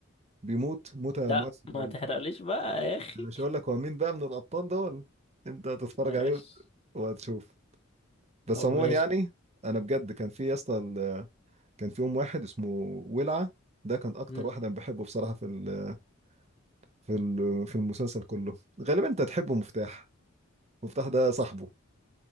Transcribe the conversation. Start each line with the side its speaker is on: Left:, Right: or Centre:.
Right: بيموت موتة
Left: لا
Right: مؤثرة
Left: ما
Right: أوي
Left: تحرقليش بقى يا اخي
Right: أنا مش هقول لك هو مين بقى من الأبطال دول أنت هتتفرج
Left: ماشي
Right: عليه وهتشوف بس
Left: طب
Right: عموما
Left: ماشي
Right: يعني انا بجد كان في يا اسطى كان في يوم واحد اسمه ولعة ده كان اكتر
Left: مم.
Right: واحد انا بحبه بصراحة في ال في ال في المسلسل كله غالبا انت تحبه مفتاح مفتاح ده صاحبه